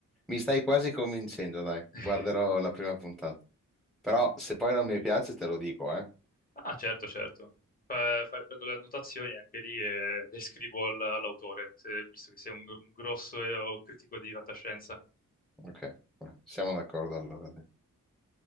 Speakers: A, in the centre; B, on the left (about 25°).
A: mi stai quasi convincendo, dai.
B: <laughs>
A: Guarderò la prima puntata. Però se poi non mi piace te lo dico, eh.
B: Ah, certo, certo. Fa- fa- prendo le annotazioni anche lì e le scrivo al- all'autore, se- visto che sei un, un grosso eh, critico di fantascienza.
A: Ok, siamo d'accordo allora. dai.